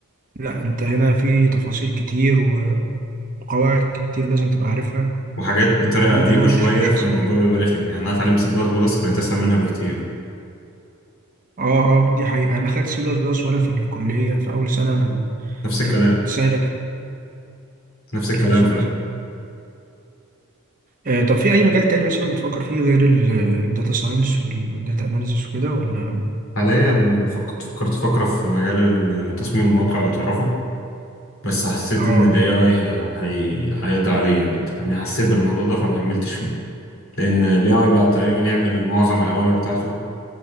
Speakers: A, on the right; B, on the left.
A: لا أنت هنا في تفاصيل كتير و- وقواعد كتير لازم تبقى عارفها
B: وحاجات بطريقة
A: الموضوع
B: قديمة
A: مش
B: شوية
A: مش
B: فالموضوع
A: أسهل حاجة
B: بيبقى
A: يعني.
B: رخم يعني انا اتعلمت سي بلس بلس كانت اسهل منها بكتير
A: اه اه دي حقيقة أنا خدت سي بلس بلس وأنا في الكلية في أول سنة
B: نفس الكلام
A: كانت سهلة جدا
B: نفس الكلام
A: بالظبط
B: فعلا
A: آه، طب في أي مجال تاني مثلا بتفكر فيه غير الداتا ساينس والداتا أناليسيس وكده ولا
B: حاليا فكرت فكرت فكرة في مجال تصميم المواقع لو تعرفه بس حسيت
A: اه
B: ان الاي اي هي... هي- هيقضي عليه يعني انت فاهمني حسيت بالموضوع ده فما كملتش فيه لان الاي اي بقى تقريبا يعمل معظم الاوامر بتاعته